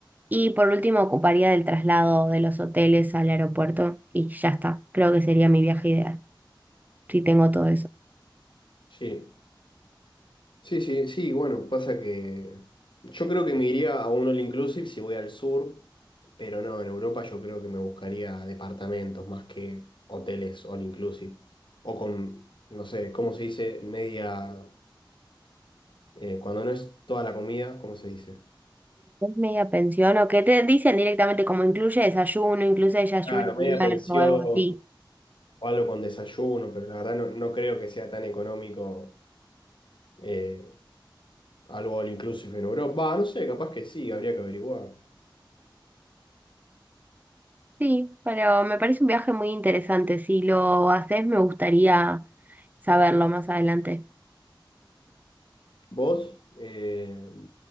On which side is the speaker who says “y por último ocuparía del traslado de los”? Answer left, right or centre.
Right